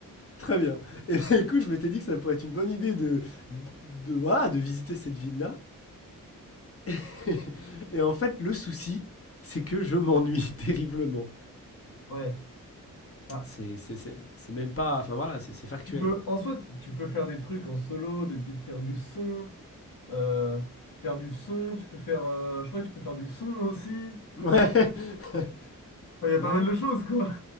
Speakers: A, on the left; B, on the left.
A: Très bien. Et <laughs> du coup, je m'étais dit que ça pourrait être une bonne idée de, de, voilà, de visiter cette ville-là. <laughs> Et en fait, le souci, c'est que je m'ennuie <laughs> terriblement.
B: Ouais. Bah,
A: C'est c'est- c'est- c'est même pas. Enfin voilà, c'est c'est factuel,
B: tu peux,
A: genre.
B: en soi, t- tu peux faire des trucs en solo, de type faire du son, euh, faire du son, tu peux faire, euh, je crois que tu peux faire du son aussi.
A: Ouais, <laughs>
B: Enfin, il y a pas
A: ouais,
B: mal de choses, quoi.